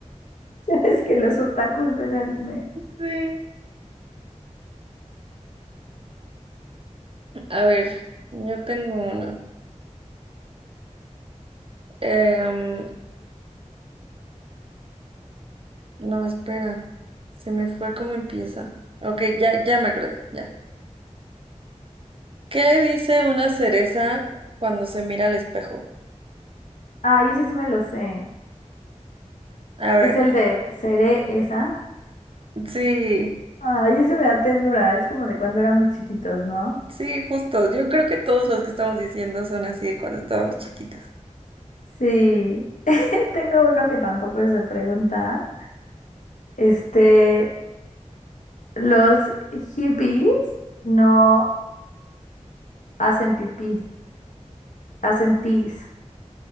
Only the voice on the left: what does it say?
Ya ves que los otakus ven anime.
Ay, ese sí me lo sé.
Es el de Seré esa.
Ay, ese me da ternura. Es como de cuando éramos chiquitos, ¿no?
Sí. <laughs> Tengo uno que tampoco es de pregunta. Este, los hippies no hacen pipí, hacen pis.